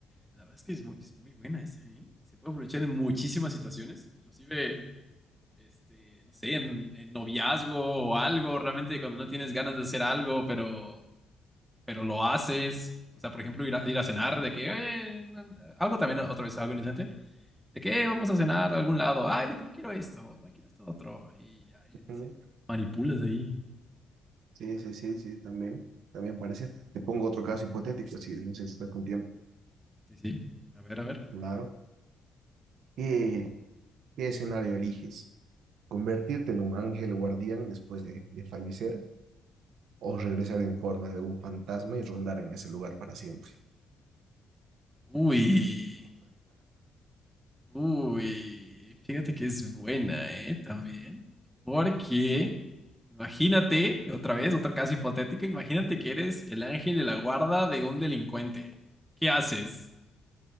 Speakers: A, in the centre; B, on the right.
A: La verdad es que es muy, es muy buena esa, ¿eh? Se puede aprovechar en muchísimas situaciones, inclusive, este, no sé, en, en noviazgo o algo, realmente cuando no tienes ganas de hacer algo, pero pero lo haces. O sea, por ejemplo, ir a, ir a cenar, de que eh, no- algo también, otra vez, algo inocente, de que eh, vamos a cenar a algún lado, ay, de que no quiero esto, ay, quiero esto otro, y ya, y le dices,
B: ujú,
A: manipulas ahí.
B: Sí, sí, sí, sí, también, también parece. Te pongo otro caso hipotético, si no sé si estás con tiempo.
A: Sí, sí, a ver, a ver.
B: Claro. ¿Qué, qué escenario eliges? ¿Convertirte en un ángel guardián después de, de fallecer o regresar en forma de un fantasma y rondar en ese lugar para siempre?
A: Uy, uy, fíjate que es buena, ¿eh? También, porque imagínate, otra vez, otra casa hipotética, imagínate que eres el ángel de la guarda de un delincuente. ¿Qué haces?